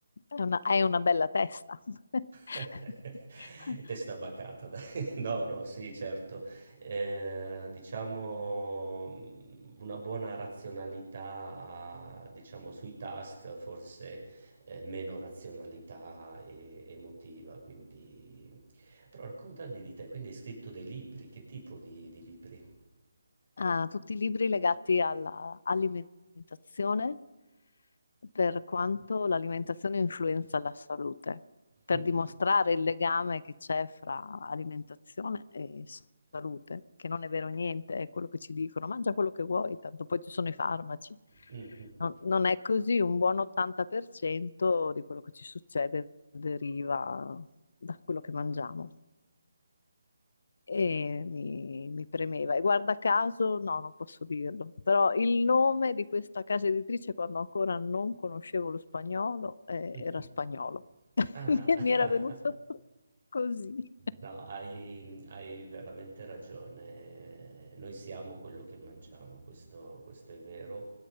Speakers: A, on the left; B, on the right.
A: è una, hai una bella testa. <laughs>
B: <laughs> Testa bacata, dai. <laughs> No, no, sì, certo. Eh, diciamo mh, una buona razionalità, diciamo, sui task, forse eh, meno razionalità e- emotiva. Quindi... Però raccontami di te, quindi hai scritto dei libri, che tipo di, di libri?
A: Ah, tutti i libri legati all'alimentazione, per quanto l'alimentazione influenza la salute, per
B: Mm,
A: dimostrare il legame che c'è fra alimentazione e s- salute, che non è vero niente, è quello che ci dicono, mangia quello che vuoi, tanto poi ci sono i farmaci.
B: mm, mm.
A: Non, non è così, un buon 80% di quello che ci succede deriva da quello che mangiamo. E mi, mi premeva. E guarda caso, no, non posso dirlo, però il nome di questa casa editrice, quando ancora non conoscevo lo spagnolo, eh,
B: Mh-mh.
A: era spagnolo. <laughs>
B: Ah.
A: Mi, mi era
B: <laughs>
A: venuto <laughs> così.
B: No, hai hai veramente ragione. Noi siamo quello che mangiamo, questo questo è vero